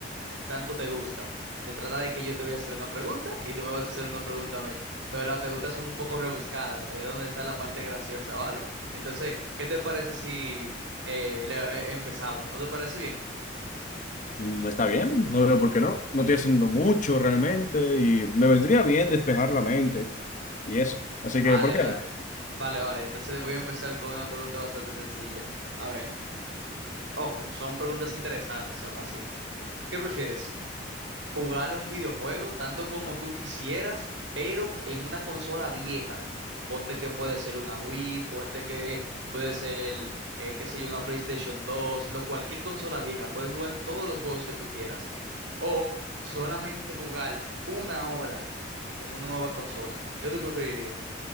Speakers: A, on the right (about 80°); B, on the left (about 40°).
A: tanto te gustan. Se trata de que yo te voy a hacer una pregunta y tú me vas a hacer una pregunta a mí. Pero las preguntas son un poco rebuscadas, ahí es donde está la parte graciosa, ¿vale? Entonces, ¿qué te parece si eh, le- eh, empezamos? ¿No te parece bien?
B: Mm, Está bien, no veo por qué no. No estoy haciendo mucho realmente y me vendría bien despejar la mente y eso. Así
A: Vale,
B: que, ¿por qué?
A: vale. Vale, vale. Entonces voy a empezar con una pregunta bastante sencilla. A ver, ojo, son preguntas interesantes aún así. ¿Qué prefieres? jugar un videojuego tanto como tú quisieras, pero en una consola vieja. Ponte que puede ser una Wii, ponte que puede ser, eh, qué sé yo, una PlayStation 2 lo, cualquier consola vieja. Puedes jugar todos los juegos que tú quieras. O solamente jugar una hora en una nueva consola. ¿Qué tú preferirías?